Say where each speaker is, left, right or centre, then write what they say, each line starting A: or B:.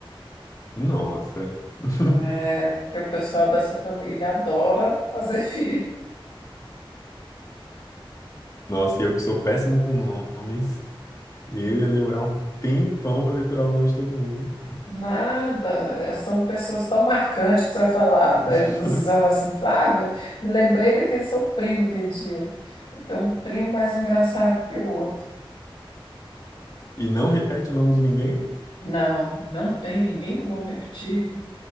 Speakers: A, on the left; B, on the left.
A: Nossa. <laughs>
B: É, porque o pessoal dessa família adora fazer <laughs> filho.
A: Nossa, e eu que sou péssimo com nomes, eu ia demorar um tempão para decorar o nome de todo mundo.
B: Nada. é, São pessoas tão marcantes que você vai falar. né,
A: <laughs>
B: Você vai falar assim, Flávia, me lembrei daquele seu primo aquele dia. Eu tenho um primo mais engraçado que o outro.
A: E não repete o nome de ninguém?
B: Não, não tem ninguém com nome repetido.